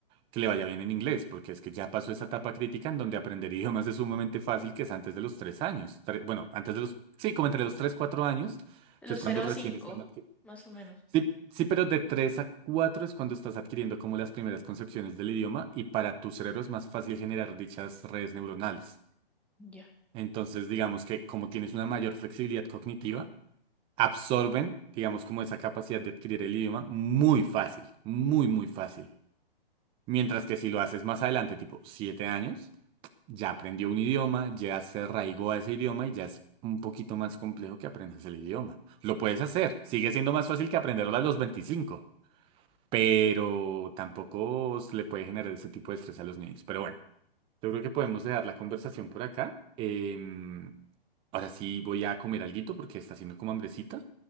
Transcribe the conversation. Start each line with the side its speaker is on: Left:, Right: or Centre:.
Right: que le vaya bien en inglés, porque es que ya pasó esa etapa crítica en donde aprender <laughs> idiomas es sumamente fácil, que es antes de los 3 años. Tre- bueno, antes de los... Sí, como entre los 3 4 años,
Centre: de
Right: que
Centre: los
Right: es cuando
Centre: cero a
Right: recién
Centre: 5
Right: están... adqui-
Centre: más o menos.
Right: Sí, sí, pero de 3 a 4 es cuando estás adquiriendo como las primeras concepciones del idioma y para tu cerebro es más fácil generar dichas redes neuronales.
Centre: Ya.
Right: Entonces, digamos que como tienes una mayor flexibilidad cognitiva, absorben, digamos, como esa capacidad de adquirir el idioma muy fácil, muy, muy fácil. Mientras que si lo haces más adelante, tipo 7 años, ya aprendió un idioma, ya se arraigó a ese idioma y ya es un poquito más complejo que aprendas el idioma. Lo puedes hacer, sigue siendo más fácil que aprenderlo a los veinticinco pero tampoco se le puede generar ese tipo de estrés a los niños. Pero bueno, yo creo que podemos dejar la conversación por acá. Em, ahora sí voy a comer alguito porque está haciendo como hambrecita.